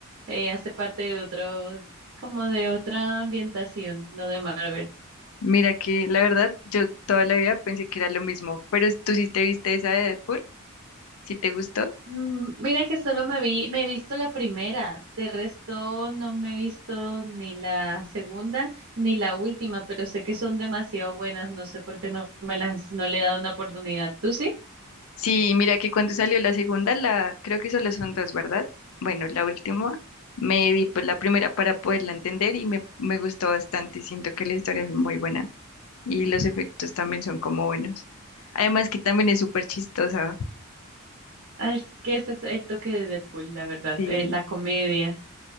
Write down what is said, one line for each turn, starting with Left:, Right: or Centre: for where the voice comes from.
Right: eh, hace parte de otro, como de otra ambientación, no de Marvel.
Left: mira que la verdad yo toda la vida pensé que era lo mismo, pero tú sí te viste esa de Deadpool, si te gustó.
Right: Mm, Mira que solo me vi, me he visto la primera, de resto no me he visto ni la segunda ni la última, pero sé que son demasiado buenas, no sé por qué no me las, no le he dado una oportunidad. ¿Tú sí?
Left: Sí, mira que cuando salió la segunda, la creo que solo son dos, ¿verdad? Bueno, la última me vi pues la primera para poderla entender y me, me gustó bastante. Siento que la historia es muy buena y los efectos también son como buenos. Además que también es súper chistosa.
Right: Ah, Es que ese es el toque de Deadpool, la verdad,
Left: Sí.
Right: eh, la comedia.